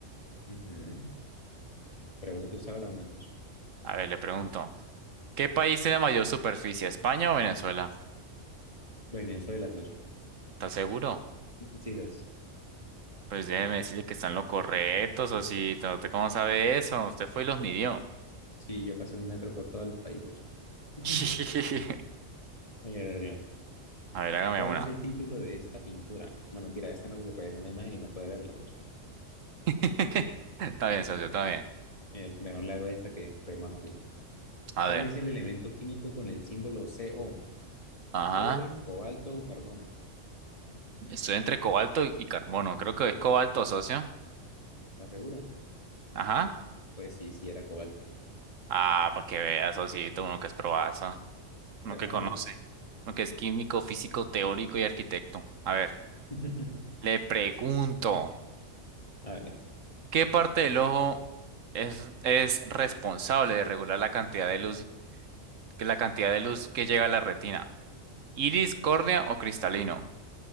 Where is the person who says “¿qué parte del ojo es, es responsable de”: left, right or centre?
Right